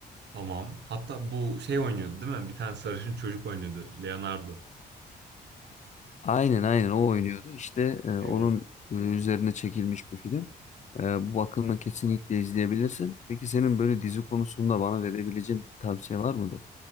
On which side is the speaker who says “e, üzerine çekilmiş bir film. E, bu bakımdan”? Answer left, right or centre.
Left